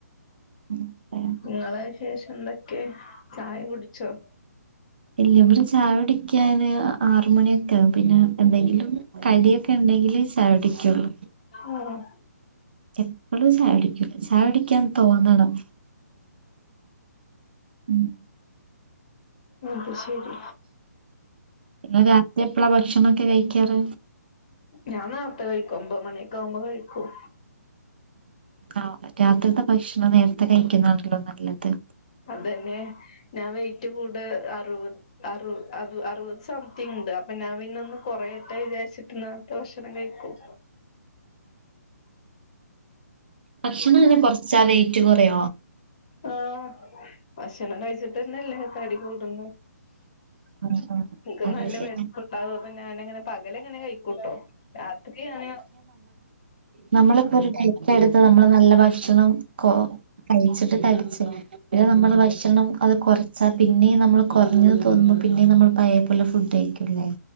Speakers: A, on the right; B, on the left.
A: ഉം പറയാം.
B: നിങ്ങളെ ശേഷം എന്തക്കെ ചായ കുടിച്ചോ?
A: ഇല്ലവിടെ ചായ കുടിക്കാന് ആറുമണിയൊക്കാവും പിന്നെ എന്തെങ്കിലും കടിയൊക്കെ ഇണ്ടങ്കില് ചായടിക്കുള്ളൂ
B: ആഹ <unintelligible>
A: എപ്പോഴും ചെയ്യുടിക്കും ചെയ്യുഡീക്കാൻ തോന്നണം ഉം
B: അത ശരി
A: ങ്ങൾ രാത് എപ്പളാ ഭക്ഷണൊക്കെ കഴിക്കാറ്
B: ഞാൻ നാർത്ത കഴിക്കും ഒമ്പ മണിയക്കെ ആവുമ്പോ കഴിക്കും
A: ആ രാത്രിത്തെ ഭക്ഷണം നേരത്തെ കഴിക്കുന്നാണല്ലോ നല്ലത്
B: അതന്നെ ഞാൻ വയിറ്റ് കൂട് അറുപത്റ അ അറുപത് സംതിങ് ഉണ്ട് അപ്പൊ ഞാൻ പിന്നെ ഒന്ന് കൊറ ഇട്ട വിചാരിച്ചിട്ട ഭക്ഷണം കഴിക്കും
A: ഭക്ഷണം അങ്ങനെ കൊറച്ചാ വയറ്റ് കുറോ
B: ആഹ ഭക്ഷണം കഴിച്ചിട്ട്ന്നല്ലേ തടി കൂടുന്നു
A: ഉം ഉം
B: എ
A: അത്
B: നല്ല
A: ശരിയാ
B: വളപ്പുണ്ടാാവും അപ്പൊ ഞാനങ്ങനെ പകലങ്ങനെ കഴിക്ക കട്ടോ രാത്രി അന
A: നമ്മളിപ്പോൊ ഒരു ഡൈറ്റ് എടുത്ത് നമ്മള് നല്ല ഭക്ഷണം കൊ കഴിച്ചിട്ട കഴ ഇ നമ്മള് ഭക്ഷണം അത് കുറച്ചാ പിന്നെയും നമ്മൾ കുറഞ്ഞത് തോന്നുമ്പ പിന്നേും നമ്മൾ പയ പോല ഫുഡ് കഴിക്കുംല്ലേ